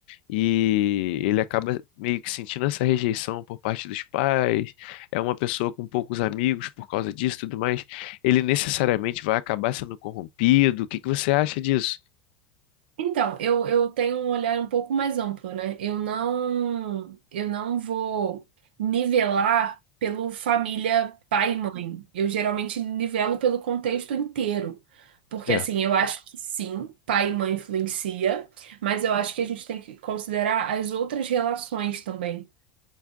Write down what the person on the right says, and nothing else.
Então, eu, eu tenho um olhar um pouco mais amplo, né? Eu não, eu não vou nivelar pelo família pai e mãe. Eu geralmente nivelo pelo contexto inteiro. Porque
assim, eu acho que sim, pai e mãe influencia, mas eu acho que a gente tem que considerar as outras relações também.